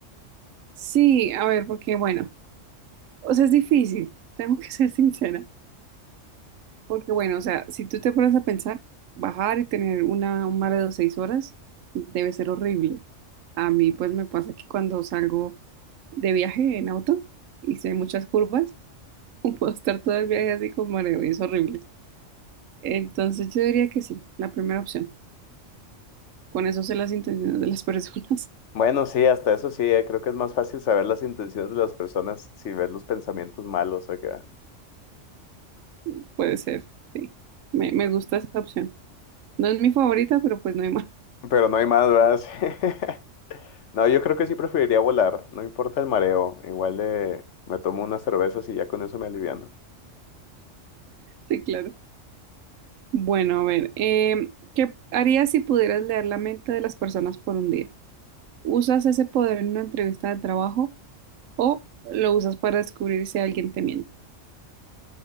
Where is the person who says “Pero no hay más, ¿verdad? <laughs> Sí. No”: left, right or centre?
Left